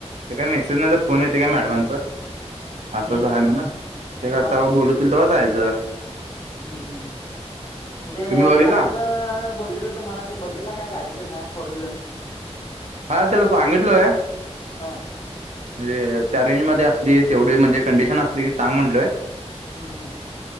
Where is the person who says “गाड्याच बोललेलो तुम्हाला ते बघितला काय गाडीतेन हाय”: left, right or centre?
Left